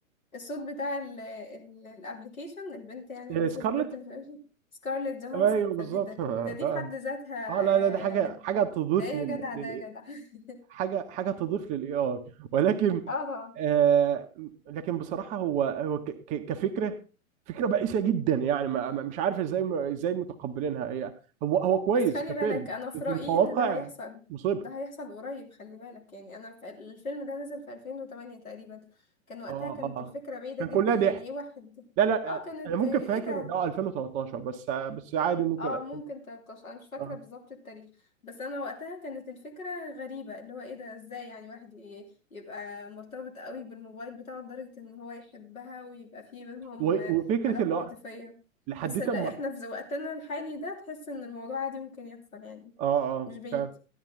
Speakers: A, on the left; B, on the right.
A: الصوت بتاع الابلكيشن البنت يعني
B: إيه،
A: اللي صوت
B: سكارلت
A: البنت اللي في الابلكيشن سكارليت جوهانسون
B: ايوه
A: فدي
B: بالظبط
A: ده,
B: <laughs>
A: ده دي
B: ده
A: في حد ذاتها
B: اه لا لا دي حاجه
A: آه،
B: حاجه تضيف
A: ده ايه يا
B: لل...
A: جدع ده
B: لل...
A: يا جدع <laughs>
B: حاجه حاجه تضيف للاي اي ولكن
A: اه طبعا
B: آه لكن بصراحه هو هو ك- ك- كفكره فكره بائسه جدا يعني ما ما- مش عارف ازاي ازاي متقبلينها هي هو هو كويس
A: بس خلي
B: كفيلم
A: بالك انا في
B: لكن
A: رأيي
B: كواقع
A: ان ده هيحصل
B: مصيبه
A: ده هيحصل قريب خلي بالك يعني انا في الفيلم ده نزل في 2008 تقريبا كان وقتها
B: اه
A: كانت
B: اه
A: الفكرة بعيدة
B: كان
A: جدا
B: كلها
A: يعني
B: ضحك
A: ايه واحد
B: لا لا
A: اه
B: آه،
A: كانت
B: انا ممكن
A: ايه
B: فاكر
A: ده
B: ده 2013 بس آه، بس عادي ممكن
A: اه ممكن 13 انا مش فاكره
B: آه.
A: بالظبط التاريخ بس انا وقتها كانت الفكره غريبه اللي هو ايه ده ازاي يعني واحد ي- يبقى مرتبط قوي بالموبايل بتاعه لدرجه ان هو يحبها ويبقى في بينهم
B: و- وفكره
A: علاقه
B: اللي هو
A: عاطفيه
B: لحد
A: بس ال-
B: ما
A: احنا في وقتنا الحالي ده تحس ان الموضوع عادي ممكن يحصل يعني
B: اه اه
A: مش بعيد
B: كان-